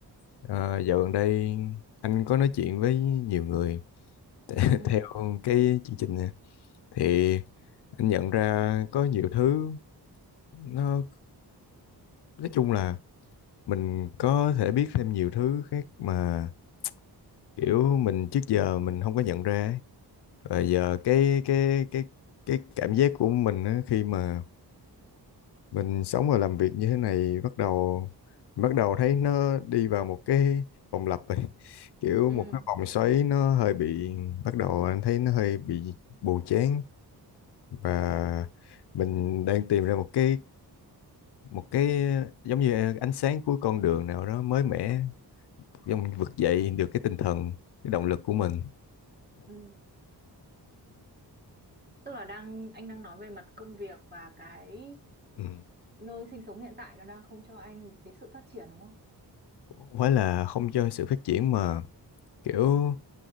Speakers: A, on the left; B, on the right.
A: ờ, dạo gần đây anh có nói chuyện với nhiều người <laughs>
B: Ừ.
A: theo cái chương trình này, thì anh nhận ra có nhiều thứ nó nói chung là mình có thể biết thêm nhiều thứ khác mà kiểu mình trước giờ mình không có nhận ra ấy. Và giờ cái cái cái cái cảm giác của mình á, khi mà mình sống và làm việc như thế này bắt đầu bắt đầu thấy nó đi vào một cái vòng lặp rồi <laughs> kiểu
B: Ừ.
A: một cái vòng xoáy nó hơi bị bắt đầu anh thấy nó hơi bị buồn chán và mình đang tìm ra một cái một cái giống như ánh sáng cuối con đường nào đó mới mẻ Xong mình vực dậy được cái tinh thần, cái động lực của mình.
B: Ừ. tức là đang anh đang nói về mặt công việc và cái
A: Ừ.
B: nơi sinh sống hiện tại nó đang không cho anh một cái sự phát triển đúng không?
A: Cũng Không phải là không cho sự phát triển mà kiểu